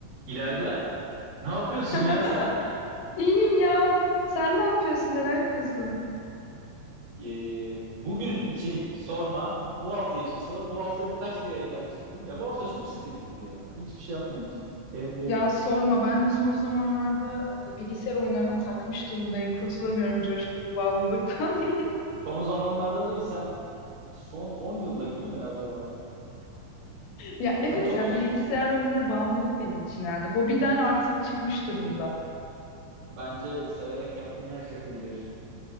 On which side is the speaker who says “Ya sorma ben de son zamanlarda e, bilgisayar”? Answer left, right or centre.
Left